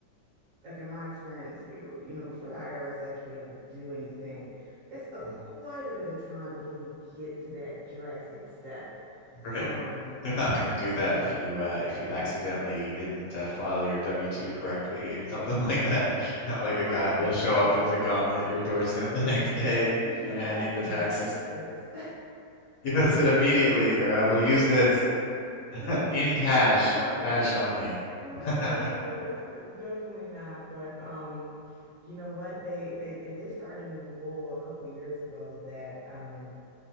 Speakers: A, on the right (about 60°); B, on the left (about 65°).
A: like in my experience, we were- you know, before the IRS actually ever do anything, it's a quite
B: Mm,
A: a bit of time before you get to that drastic step.
B: Right.
A: Um,
B: <laughs> They're not going to do
A: you
B: that
A: know.
B: if you uh, if you accidentally didn't uh, file your W-2 correctly or something like that. <laughs> Not like
A: Right,
B: a guy will show
A: right.
B: up with a gun at your doorstep the next day
A: Yeah,
B: demanding
A: asking
B: the taxes.
A: for the taxes.
B: <laughs> Give us it immediately, or I will use this <laughs>
A: <laughs>
B: in cash,
A: No,
B: cash only.
A: right.
B: <laughs>
A: No, it's uh, definitely not. But um, you know what? They they they did start a new rule a couple years ago that um